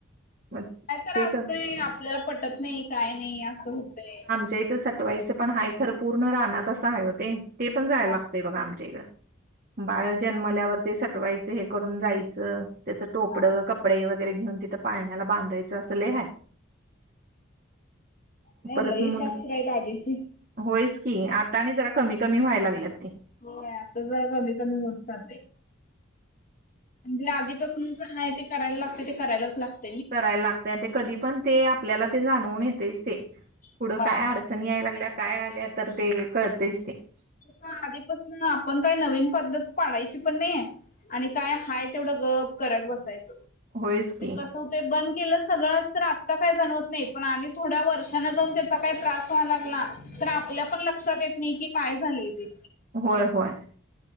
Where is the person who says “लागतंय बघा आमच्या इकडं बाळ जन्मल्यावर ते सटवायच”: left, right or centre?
Right